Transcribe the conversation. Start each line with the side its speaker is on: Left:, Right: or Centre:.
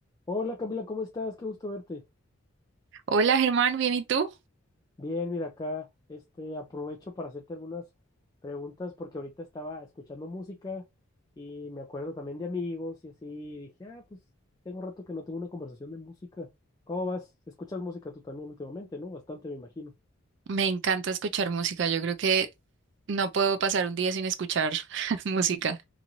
Left: Hola Camila, ¿cómo estás? Qué gusto verte.
Right: Hola Germán, ¿bien y tú?
Left: Bien, mira acá, este, aprovecho para hacerte algunas preguntas porque ahorita estaba escuchando música y me acuerdo también de amigos y así, y dije, ah, pues tengo rato que no tengo una conversación de música. ¿Cómo vas? ¿Escuchas música tú también últimamente, no? Bastante, me imagino.
Right: Me encanta escuchar música, yo creo que no puedo pasar un día sin escuchar <laughs> música.